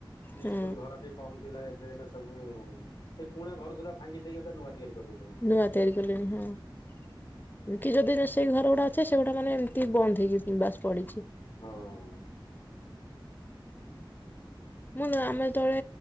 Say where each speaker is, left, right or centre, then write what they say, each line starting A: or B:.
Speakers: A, on the left (about 60°); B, on the left (about 20°).
A: ଇ
B: ହଁ
A: ସ୍କୁଲ୍ ଘର ଟିକେ କମ୍ ଥିଲା ଏବେ ହେନେ ସବୁ ସେ ପୁଣା ଘର ସୁଧା ତା ଭାଙ୍ଗି ଦେଇକ ନୂଆ ତିଆରି କରିଦୋଉଚ
B: ନୂଆ ତିଆରି କଲେଣି ହଁ। କି ଯଦି ସେଇ ଘର ଗୁଡା ଅେ ସେଗୁଡା ମାନେ ଏମିତି ବନ୍ଦ ହେଇକି ବାସ୍ ପଡିଚି।
A: ହଁ।
B: ମୁଁ ନୁଆ ଆମେ ଯେତଳେ